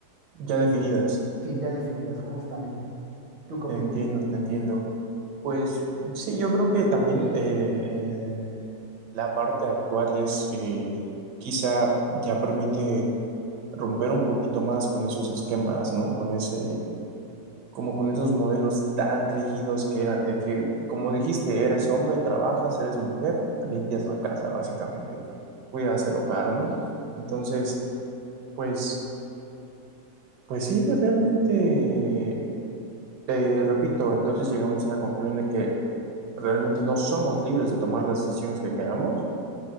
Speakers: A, on the right; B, on the right.
A: Ya definidas.
B: sí, ya definidas, justamente. ¿Tú qué
A: Te
B: opinas?
A: entiendo, te entiendo. Pues sí, yo creo que también eh, el- la parte actual es eh, quizá ya permite romper un poquito más con esos esquemas, ¿no? Con ese, como con esos modelos tan rígidos que era de que, como dijiste, eres hombre, trabajas, eres mujer, limpias la casa, básicamente, cuidas el hogar, ¿no? Entonces, pues, pues sí, realmente, te repito, entonces llegamos a la conclusión de que Realmente no somos libres de tomar las decisiones que queramos.